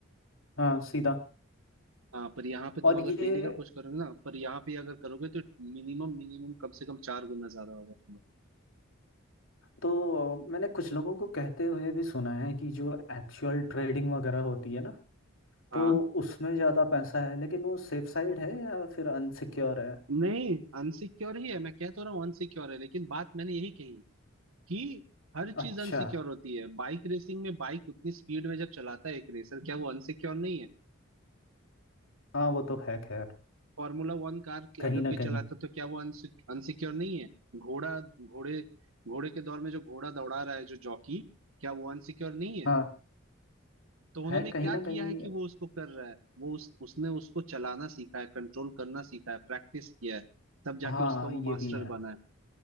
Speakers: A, on the left (about 70°); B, on the right (about 80°).
A: हाँ सीधा
B: हाँ पर यहाँ पे
A: और
B: तुम अगर
A: ये
B: डेली का कुछ करोगे ना पर यहाँ पे अगर करोगे तो मिनिमम मिनिमम कम से कम चार गुना ज्यादा होगा तुम्हारा
A: तो मैंने कुछ लोगों को कहते हुए भी सुना है कि जो एक्चुअल ट्रेडिंग वगैरह होती है ना
B: हाँ
A: तो उसमें ज़्यादा पैसा है लेकिन वो सेफ साइड है या फिर अनसिक्योर है
B: नहीं अनसिक्योर ही है मैं कह तो रहा हूँ अनसिक्योर है लेकिन बात मैंने यही कही कि हर चीज
A: अच्छा
B: अनसिक्योर होती है बाइक रेसिंग में बाइक उतनी स्पीड में जब चलाता है एक रेसर क्या वो अनसिक्योर नहीं है
A: हाँ वो तो है खैर
B: फॉर्मूला वन कार की
A: कहीं
B: अगर
A: ना
B: कोई चलाता
A: कहीं
B: तो क्या वो अनसिक्योर नहीं है घोड़ा घोड़े घोड़े के दौर में जो घोड़ा दौड़ा रहा है जो जॉकी क्या वो अनसिक्योर नहीं है
A: हाँ
B: तो उन्होंने
A: है
B: क्या
A: कहीं ना
B: किया
A: कहीं
B: है कि वो उसको कर रहा है वो उस, उसने उसको चलाना सीखा है कंट्रोल करना सीखा है प्रैक्टिस किया है तब जाके
A: हाँ
B: उसका
A: ये
B: वो मास्टर
A: भी है
B: बना है